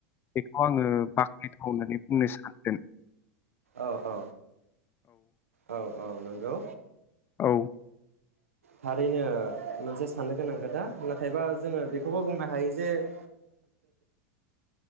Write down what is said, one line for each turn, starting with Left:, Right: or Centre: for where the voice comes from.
Left: बेखौ आङो बाखनायथाव होननानै बुंनो सानदों।
Right: औ औ औ औ नों गौ
Left: औ
Right: थारैनो मोनसे साननो गोनां खोथा नाथायबा जोङो बेखौबो बुंनो हायो जे <unintelligible>